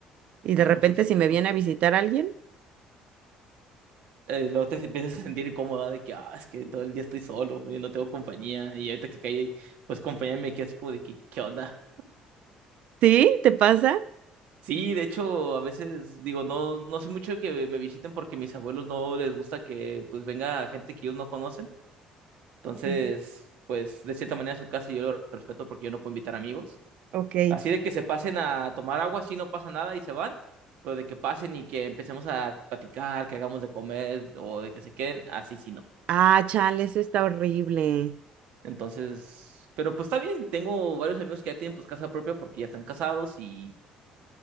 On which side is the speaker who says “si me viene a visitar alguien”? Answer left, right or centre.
Right